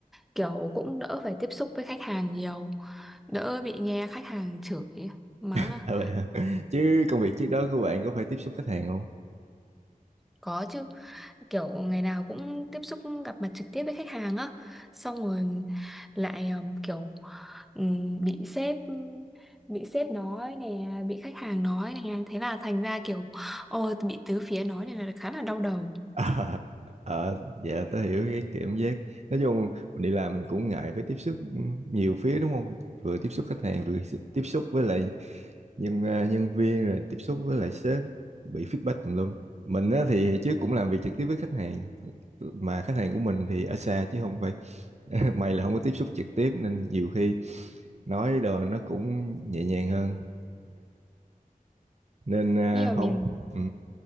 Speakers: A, in the centre; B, on the right.
A: kiểu cũng đỡ phải tiếp xúc với khách hàng nhiều đỡ bị nghe khách hàng chửi mắng
B: <laughs>
A: à.
B: à, vậy hả? chứ công việc trước đó của bạn có phải tiếp xúc khách hàng không
A: có chứ kiểu ngày nào cũng tiếp xúc gặp mặt trực tiếp với khách hàng á xong rồi lại um, kiểu um, bị sếp bị sếp nói nè bị khách hàng nói nè thế là thành ra kiểu ôi bị tứ phía nói này là khá là đau đầu
B: Ờ, ờ, dạ tớ hiểu cái cảm giác nói chung mình đi làm mình cũng ngại phải tiếp xúc nhiều phía đúng không vừa tiếp xúc khách hàng vừa tiếp xúc với lại nhân à, nhân viên rồi tiếp xúc với lại sếp bị feedback tùm lum mình á, thì trước cũng làm việc trực tiếp với khách hàng mà khách hàng của mình thì ở xa chứ không phải <laughs> may là không có tiếp xúc trực tiếp nên nhiều khi nói đồ nó cũng nhẹ nhàng hơn nên à,
A: nhưng mà
B: không
A: mình
B: ừ.